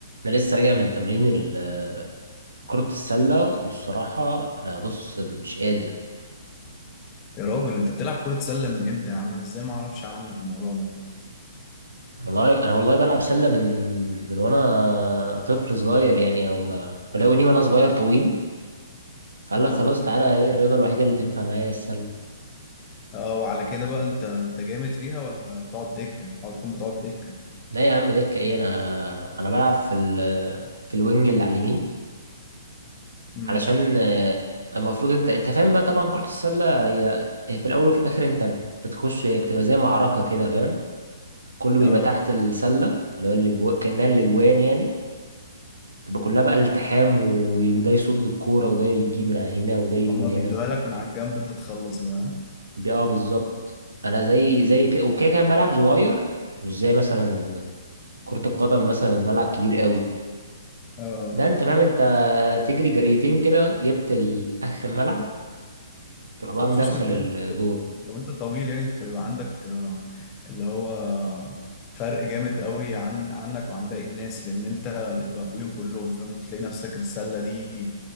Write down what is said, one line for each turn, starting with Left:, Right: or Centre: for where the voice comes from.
Right: انا لسه راجع من تمرين ال- كرة السلة والصراحة انا بص مش قادر
Left: يا راجل انت بتلعب كرة سلة من امتى يا عم انا ازاي ما اعرفش عنك الموضوع ده
Right: والله انا والله بلعب سلة من من وانا طفل صغير يعني او ما ولو وانا صغير طويل فقال
Left: اه
Right: لك خلاص تعالى ايه الرياضة الوحيدة اللي تنفع معايا هي السلة
Left: اه وعلى كده بقى انت انت جامد فيها ولا بتقعد دكة او بتكون بتقعد دكة
Right: لا يا عم دكة ايه انا انا بلعب في ال... في الوينج اللي على اليمين
Left: امم
Right: علشان آه، المفروض انت انت فاهم بقى طبعا كرة السلة هي هي في الاول وفي الاخر انت بتخش هي بتبقى زي معركة كده فاهم كله
Left: اه
Right: بيبقى تحت السلة اللي هو اللي جوا كأنها الاجوان يعني تبقى كلها بقى التحام وده يصد الكورة وده يجيب من عن هنا وده يجيب
Left: هما
Right: من هنا
Left: بيدوها لك من على الجنب انت تخلص بقى
Right: بي- اه بالظبط انا زي زي كده وكده كان ملعب صغير مش زي مثلا كرة القدم مثلا الملعب كبير قوي
Left: اه
Right: لا انت فاهم انت تجري جريتين كده جبت ال- اخر الملعب تروح بقى
Left: وخصوصا
Right: مدخل
Left: كمان
Right: الجون
Left: لو انت طويل يعني انت بيبقى عندك آه، اللي هو فرق جامد قوي عن عنك وعن باقي الناس لان انت بتبقى فوقيهم كلهم فاهم تلاقي نفسك السله دي